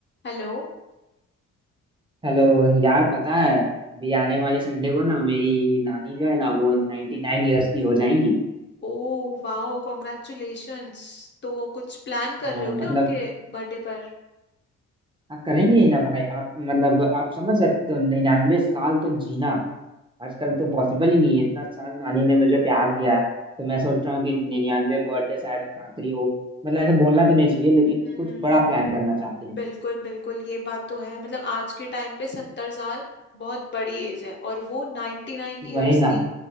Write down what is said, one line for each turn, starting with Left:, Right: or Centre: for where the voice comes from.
Left: Hello
Right: Hello यार पता है अभी आने वाले संडे को ना मेरी नानी जो है ना वो नाइन्टी नाइन ईयर्स की हो जाएंगी
Left: ओ wow congratulations तो कुछ प्लान कर
Right: हाँ,
Left: रहे हो
Right: मतलब
Left: क्या उनके बर्थडे पर
Right: आप करेंगे ही ना भाई आप मतलब आप समझ सकते हो 99 साल तक जीना आजकल तो पॉसिबल ही नहीं है इतना साल नानी ने मुझे प्यार दिया है तो मैं सोच रहा हूँ कि 99 बर्थडे शायद उनका आखिरी हो मतलब ऐसे बोलना तो नहीं चाहिए लेकिन
Left: हम्म
Right: कुछ
Left: हम्म,
Right: बड़ा प्लान करना चाहते हैं
Left: बिल्कुल बिल्कुल ये बात तो है मतलब आज के टाइम पे सत्तर साल बहुत बड़ी एज है और वो नाइन्टी नाइन ईयर्स
Right: वही ना
Left: की